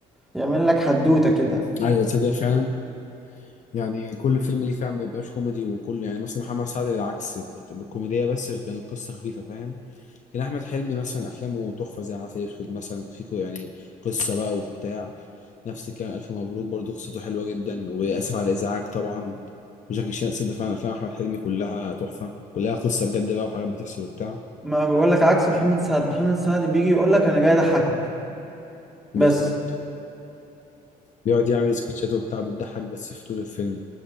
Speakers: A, in the centre; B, on the left.
A: بيعمل لك حدوتة كده
B: ايوه تصدق فعلا يعني كل فيلم ليه فعلا ما بيبقاش كوميدي وكل يعني مثلا محمد سعد بالعكس بالكوميديا بس كان قصه خفيفه فاهم يعني احمد حلمي مثلا افلامه تحفه زي عسل اسود مثلا فيكو يعني قصه بقى وبتاع نفس الكلام الف مبروك برضو قصته حلوه جدا واسف على الازعاج طبعا وجاكي شان صدق فعلا افلام احمد حلمي كلها تحفه كلها قصه بجد بقى وحاجات بتحصل وبتاع
A: ما بقولك عكس محمد سعد محمد سعد بيجي يقولك انا جاي اضحكك
B: بالظبط
A: بس
B: بيقعد يعمل سكتشات وبتاع بتضحك بس في طول الفيلم